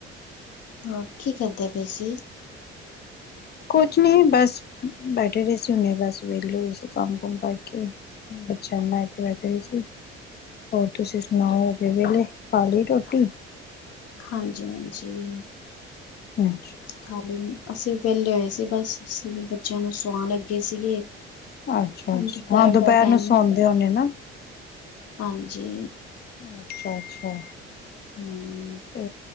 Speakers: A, on the left; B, on the left.
A: ਹੋਰ, ਕੀ ਕਰਦੇ ਪੇ ਸੀ।
B: ਕੁਛ ਨਹੀਂ ਬਸ, ਬੈਠੇ ਪੇ ਸੀ ਹੁਨੇ ਬਸ ਵਿਹਲੇ ਹੋਏ ਸੀ। ਕੰਮ-ਕੁਮ ਕਰਕੇ ਬੱਚਿਆਂ ਨੂੰ ਲੈ ਕੇ ਬੈਠੀ ਹੋਈ ਸੀ। ਹੋਰ ਤੁਸੀਂ ਸੁਣਾਓ ਹੋ ਗਏ ਵੇਲੇ ਖਾਲੀ ਰੋਟੀ?
A: ਹਾਂਜੀ ਹਾ ਜੀ।
B: ਅੱਛਾ
A: ਖਾਲੀ, ਅਸੀਂ ਵਿਹਲੇ ਹੋਏ ਸੀ। ਬਸ ਅਸੀਂ ਬੱਚਿਆਂ ਨੂੰ ਸਉਣ ਲੱਗੇ ਸੀਗੇ।
B: ਅੱਛਾ
A: ਹੁ,
B: ਅੱਛਾ
A: ਦੁਪਹਿਰ
B: ਹਾਂ
A: ਦਾ ਟਾਈਮ
B: ਨੂੰ ਸੌਦੇ
A: ਹੁੰਦਾ।
B: ਹੋਣੇ ਨਾ
A: ਹਾਂਜੀ।
B: ਅੱਛਾ, ਅੱਛਾ।
A: ਹੂੰ
B: ਤੇ